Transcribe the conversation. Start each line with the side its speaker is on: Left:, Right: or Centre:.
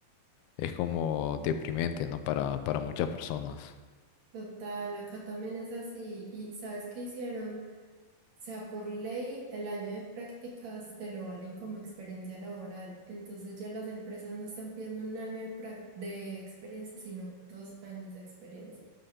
Left: es como deprimente, ¿no? Para, para muchas personas.
Right: Total, acá también es así. ¿Y sabes qué hicieron? O sea, por ley, el año de prácticas te lo valen como experiencia laboral. Entonces ya las empresas no están pidiendo un año de, prac- de experiencia, sino dos años de experiencia.